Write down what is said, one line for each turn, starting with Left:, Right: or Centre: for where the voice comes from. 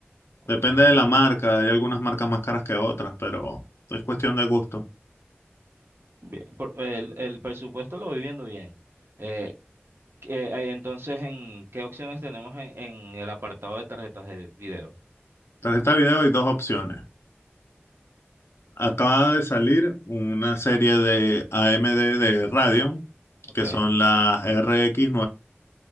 Right: ok.
Left: Depende de la marca, hay algunas marcas más caras que otras, pero es cuestión de gusto.
Right: Bien, por- el, el presupuesto lo voy viendo bien. Eh, Eh, eh, entonces, ¿en qué opciones tenemos en, en el apartado de tarjetas de video?
Left: Tarjeta de video hay dos opciones. Acaba de salir una serie de AMD de Radeon,
Right: Ok.
Left: que son las RX